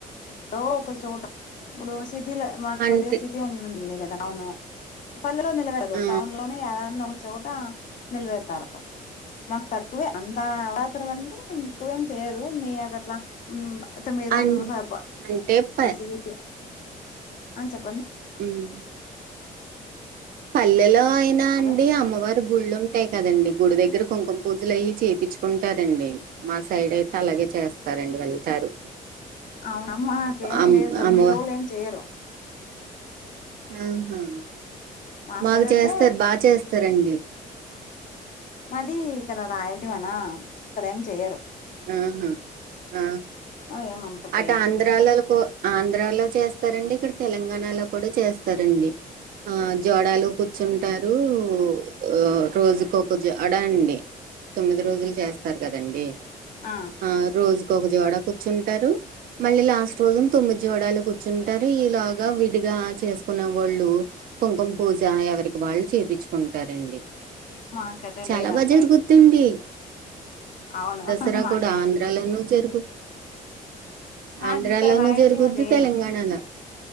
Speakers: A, on the left (about 55°); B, on the right (about 70°).
A: డో ఒక చోట ఇప్పుడు సిటీలో మా
B: అంటే
A: కొద్దిగా సిటీ ఉండండి గదా అవును పల్లెలో నిలబెడరు
B: ఆ
A: టౌన్ లోనే ఏడానో ఒకచోట నిలబెడతారు మాకు తక్కువే అంత అవతలు అంటే ఎక్కువేం చేయరు మీ అ అట్లా ఉమ్ అత్త మీ రోజులు
B: అన్
A: సబ
B: అంటే ప
A: ఏపియ్యాల్ అ చెప్పండి
B: ఉమ్ పల్లెలో అయినా
A: హలో
B: అండి అమ్మవారు అంటే గుళ్ళుంటాయి కదండి గుడి దగ్గర కుంకుమ పూజలు అయి చేపిచ్కుంటారండి మా సైడ్ అయితే అలాగే చేస్తారండి వెళ్తారు
A: అవున మాక్ ఏం
B: అమ్
A: లేదు తొమ్మిది
B: అమ్మవ
A: రోజులు ఏం చెయ్యరు
B: ఆహా
A: మా
B: మాకు
A: సైడ్ అయితే
B: చేస్తారు బా చేస్తారండి
A: మాది ఇక్కడ రాయలసిమన ఇక్కడ ఏం చెయరు
B: అహా అహా
A: ఏం అంత చెయ్యరు
B: అటు ఆంధ్రాలలకు ఆంధ్రాలో చేస్తారండి ఇక్కడ తెలంగాణలో కూడా చేస్తారండి ఆ జోడలు కు కూచ్చుంటారు అ రోజుకోక జోడా అండి తొమ్మిది రోజులు చేస్ తర్ గదండి
A: అ
B: ఆ రోజుకోక జోడ కూచ్చుంటారు మళ్ళీ లాస్ట్ రోజు తొమ్మిద్ జోడాలు కూచ్చుంటారు ఇలో గా విడిగా చేసుకున్న వాళ్ళు కుంకుమ పూజ ఎవరికి వాళ్ళు చేపిచ్కుంటారండి
A: మాకైతే
B: చాలా
A: లేదు అటు
B: బా
A: సైడ్
B: జరుగుద్దండి
A: ఇట్లా అవును
B: దసరా
A: మాకే
B: కూడా ఆంధ్రలో ను జరుగు
A: మాకు
B: ఆంధ్రాలోనూ
A: ఇక్కడ రాయలసీమ
B: జరుగుద్ది
A: చేయదు
B: తెలంగాణలో